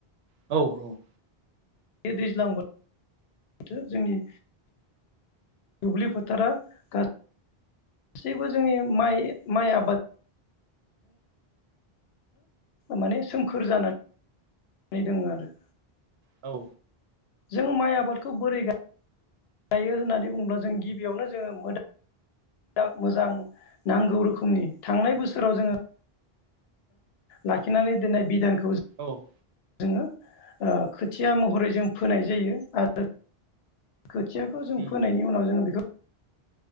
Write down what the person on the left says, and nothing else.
बे दैज्लां बोथोर जोंनि दुब्लि फोथारा गासैबो जोंनि माइ माइ आबाद माने सोमखोर जाना दोंङो आरो
जों माइ आबादखौ बोरै गायो गायो होननानै बुङोब्ला जों गिबियावनो जोंङो मो मोजां मोजां नांगौ रोखोमनि थांनाय बोसोराव जोंङो लाखिनानै दोन्नाय बिधानखौ जों
जोङो ओ खोथिया महरै जों फोनाय जायो आरो खोथियाखौ जों
फोनायनि उनाव जोंङो बे